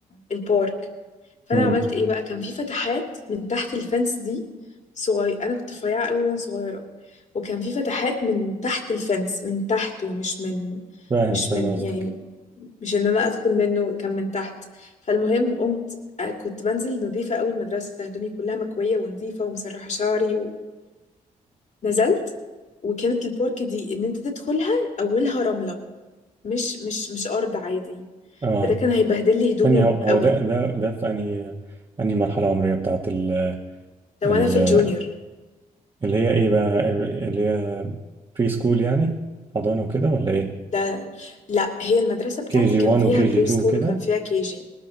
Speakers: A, on the left (about 50°); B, on the right (about 30°).
A: البارك فانا
B: امم
A: عملت ايه بقى كان في فتحات من تحت الفence دي صغير انا كنت رفيعه قوي وانا صغيره وكان في فتحات من تحت الفence من تحت ومش من
B: فاهم
A: مش
B: فاهم
A: من
B: قصدك
A: يعني مش ان انا ادخل منه كان من تحت فالمهم قمت آه، كنت بنزل نظيفه قوي المدرسه هدومي كلها مكويه ونظيفه ومسرحه شعري ونزلت وكانت البارك دي ان انت تدخلها اولها رمله مش مش مش ارض عادي
B: اه
A: فده كان هيبهدل لي هدومي
B: ثانية هو هو
A: قوي
B: ده ده ده في انهي انهي مرحلة عمرية بتاعت ال
A: ده وانا
B: ال
A: في الجونيور
B: اللي هي ايه بقى اللي هي بري سكول يعني حضانة وكده ولا ايه
A: لا لا هي المدرسة بتاعتي
B: كي جي
A: كان
B: 1
A: فيها
B: وكي
A: بري
B: جي 2
A: سكول
B: وكده
A: وكان فيها كي جي